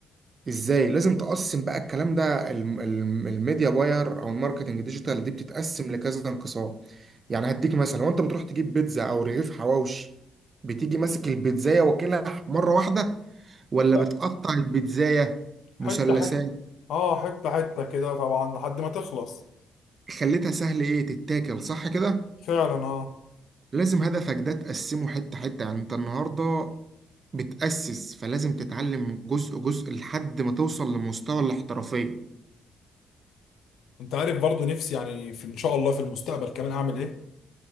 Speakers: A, on the right; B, on the left.
A: ازاي لازم تقسم بقى الكلام ده الم- الم- الميديا باير او الماركتنج ديجيتال دي بتتقسم لكذا انقسام يعني هديك مثلا لو انت بتروح تجيب بيتزا او رغيف حواوشي بتيجي ماسك البيتزاية واكلها مرة واحدة ولا
B: لا
A: بتقطع البيتزاية
B: حتة
A: مثلثات
B: حتة اه حتة حتة كده طبعا لحد ما تخلص
A: خليتها سهل ايه تتاكل صح كده
B: فعلا اه
A: لازم هدفك ده تقسمه حتة حتة يعني انت النهاردة بتأسس فلازم تتعلم جزء جزء لحد ما توصل لمستوى الاحترافية
B: انت عارف برضو نفسي يعني في ان شاء الله في المستقبل كمان اعمل ايه